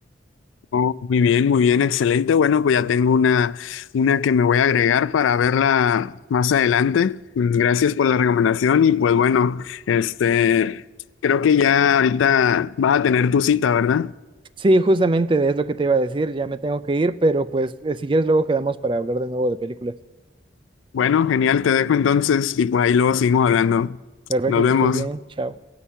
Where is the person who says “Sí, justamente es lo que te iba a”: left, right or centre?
Right